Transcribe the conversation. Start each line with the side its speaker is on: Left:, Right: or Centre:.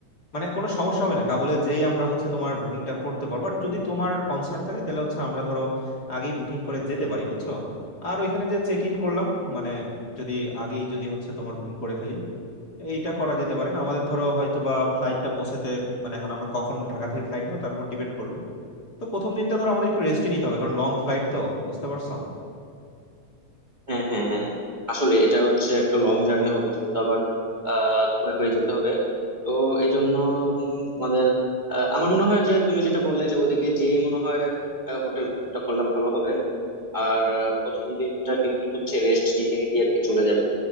Left: মানে কোনো সমস্যা হবে না কাবুলে যেই আমরা হচ্ছে তোমার বুকিংটা করতে পারবো আর যদি তোমার কনসার্ন থাকে তাহলে হচ্ছে আমরা ধরো আগেই বুকিং করে যেতে পারি বুঝছো আর ওইখানে যে চেক ইন করলাম মানে যদি আগেই যদি হচ্ছে তোমার বুকিং করে ফেলি এইটা করা যেতে পারে আমাদের ধরো হয়তো বা ফ্লাইটটা পৌঁছাতে মানে এখন আমরা কখন ঢাকা থেকে ফ্লাইট নেবো তার উপর ডিপেন্ড করবে তো প্রথম দিনটা ধরো আমাদের একটু রেস্টই নিতে হবে কারণ লং ফ্লাইট তো বুঝতে পারছো
Right: হ্যাঁ হ্যাঁ হ্যাঁ আসলে এটা হচ্ছে একটা লং জার্নি হবে যেহেতু আবার আহ দুবাই হয়ে যেতে হবে তো এই জন্য উম, আমাদের আহ, আমার মনে হয় যে তুমি যেটা বললে যে ওদিকে যেই মনে হয় হোটেল বুকটা করলে ভালো হবে আর আহ, প্রথম দিনটা কিন্তু হচ্ছে রেস্ট নিতে নিতে আর কি চলে যাবে